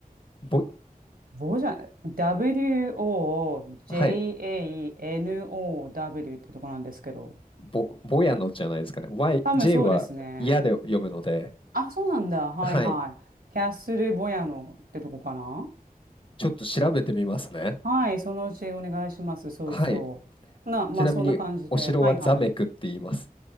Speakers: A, on the left; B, on the right.
A: ぼ、
B: ボジャ、WOJANOW
A: はい。
B: ってとこなんですけど。
A: ぼ、ぼやのじゃないですかね。Y、
B: 多分そうですね。
A: J は嫌で読むので、
B: あ、そうなんだ。はいはい。
A: はい。
B: キャッスルボヤノってとこかな。
A: ちょっと調べてみますね。
B: はい、そのうちお願いします。そうそう。
A: はい。
B: な、まあ、
A: ちなみに、
B: そんな感じで。
A: お城はザメクって言います。
B: はいはい。